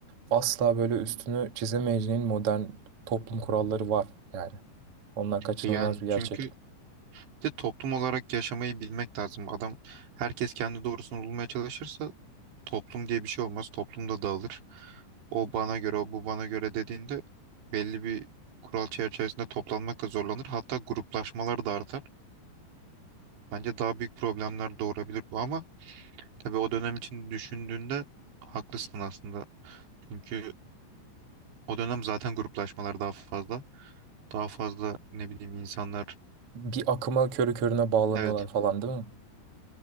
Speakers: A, on the right; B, on the right.
A: asla böyle üstünü çizemeyeceğin modern toplum kuralları var yani. Onlar kaçınılmaz
B: E Yani
A: bir gerçek.
B: çünkü de toplum olarak yaşamayı bilmek lazım. Adam herkes kendi doğrusunu bulmaya çalışırsa toplum diye bir şey olmaz. Toplum da dağılır. O bana göre, o bu bana göre dediğinde belli bir kural çerçevesinde toplanmakla zorlanır. Hatta gruplaşmalar da artar. Bence daha büyük problemler doğurabilir bu ama tabii o dönem için düşündüğünde haklısın aslında. Çünkü o dönem zaten gruplaşmalar daha fazla. Daha fazla ne bileyim insanlar.
A: Bir akıma körü körüne bağlanıyorlar
B: Evet.
A: falan değil mi?